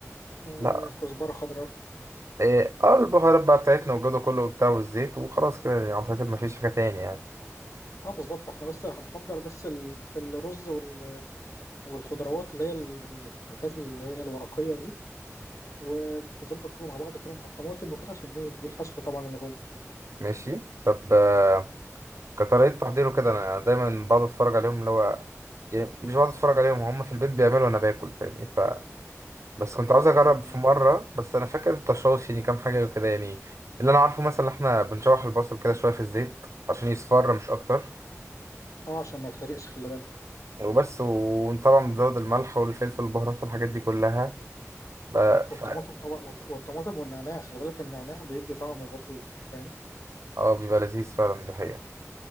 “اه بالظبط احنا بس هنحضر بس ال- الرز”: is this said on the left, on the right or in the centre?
Left